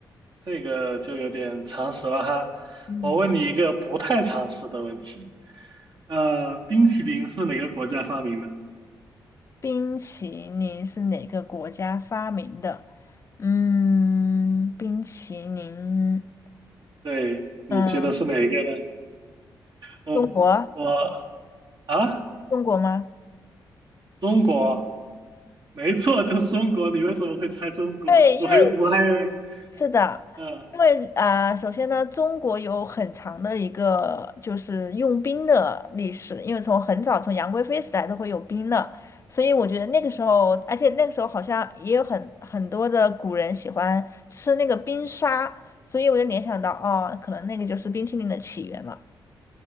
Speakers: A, on the right; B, on the left.
A: 这个就有点常识了哈。
B: 嗯，
A: 我问你一个不太常识的问题。呃，冰淇淋是哪个国家发明的？
B: 冰淇淋是哪个国家发明的？嗯，冰淇淋，
A: 对，你觉得是哪一个呢？
B: 嗯，
A: 我我
B: 中国，
A: 啊，
B: 中国吗？
A: 中国，没错，就是中国。你为什么会猜中国？
B: 对，
A: <laughs> 我还我还以为，
B: 因为是的，
A: 嗯、
B: 因为啊、呃首先呢，中国有很长的一个就是用冰的历史，因为从很早从杨贵妃时代都会有冰的，所以我觉得那个时候，而且那个时候好像也有很很多的古人喜欢吃那个冰沙，所以我就联想到，哦，可能那个就是冰淇淋的起源了。